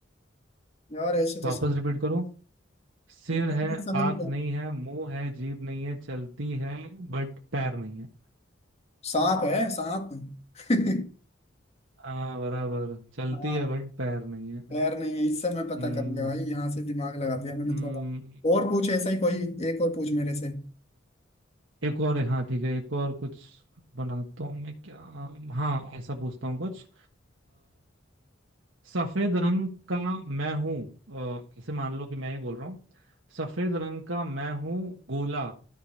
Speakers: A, on the left; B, on the right.
A: यार ऐसे
B: वापस
A: तो
B: रिपीट करूं सिर
A: नहीं
B: है
A: नहीं समझ
B: आंख
A: गया
B: नहीं है मुंह है जीभ नहीं है चलती है बट पैर नहीं है
A: सांप है सांप <laughs>
B: हाँ बराबर चलती
A: हाँ
B: है बट पैर नहीं है
A: पैर नहीं है इससे मैं पता
B: हम्म
A: कर लिया भाई यहाँ से दिमाग लगा दिया मैंने
B: हम्म,
A: थोड़ा और पूछ ऐसा ही कोई एक और पूछ मेरे से
B: एक और है, हाँ ठीक है एक और कुछ बनाता हूँ मैं क्या हाँ ऐसा पूछता हूँ कुछ सफेद रंग का मैं हूं अ, इसे मान लो कि मैं ही बोल रहा हूँ सफेद रंग का मैं हूं गोला